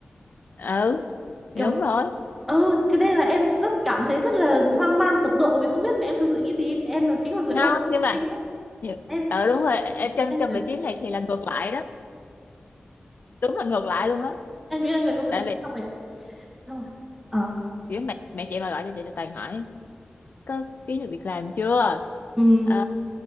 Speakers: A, on the left; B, in the centre.
A: ừ thì
B: kiểu
A: đúng rồi
B: ừ thế nên là em rất cảm thấy rất là hoang mang tột độ vì không biết mẹ em thực sự nghĩ gì em là chính là người
A: không
B: overthinking
A: nhưng mà
B: á
A: nhiều-
B: em
A: ờ đúng rồi ờ, trong
B: em
A: trong vị trí này thì là ngược lại đó đúng là ngược lại luôn á
B: em nghĩ là người overthinking
A: tại vì
B: xong rồi ạ xong rồi ờ
A: kiểu mẹ mẹ chị mà gọi cho chị là toàn hỏi có kiếm được việc làm chưa
B: ừ
A: Ờ,